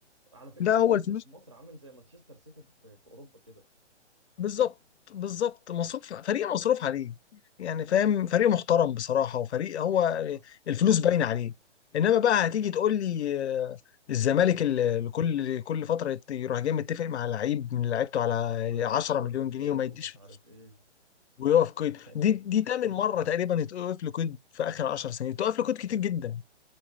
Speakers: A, on the right; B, on the left.
A: على فكرة
B: ده
A: بيراميدز
B: هو الفلوس
A: في مصر عامل زي مانشستر سيتي في في اوروبا كده
B: بالظبط بالظبط مصروف فريق مصروف عليه يعني فاهم
A: بالظبط
B: فريق محترم بصراحة وفريق هو
A: حصل
B: الفلوس
A: حصل
B: باينة عليه انما بقى هتيجي تقول لي آه، الزمالك اللي كل كل فترة يت- يروح جاي متفق مع لعيب من لعيبته على
A: وتوقف
B: 10 مليون
A: القيد
B: جنيه وما يديش
A: ومش
B: فلوس
A: عارف ايه
B: ويقف قيد
A: <laughs> ايوه
B: دي دي
A: ايوه
B: تامن مرة تقريبا يتوقف له قيد في آخر 10 سنين توقف له قيد كتير جدا